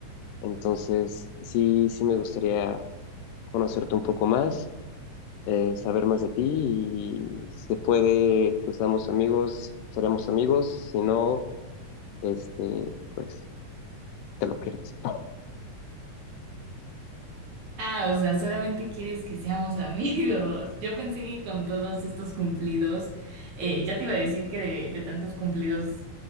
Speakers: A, on the left (about 80°); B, on the right (about 65°).
A: Entonces, sí, sí me gustaría conocerte un poco más, eh, saber más de ti y se puede que seamos amigos, seremos amigos, si no, este, pues te lo pierdes.
B: Ah, o sea, solamente quieres que seamos <laughs> amigos. Yo pensé que con todos estos cumplidos, eh, ya te iba a decir que de, de tantos cumplidos,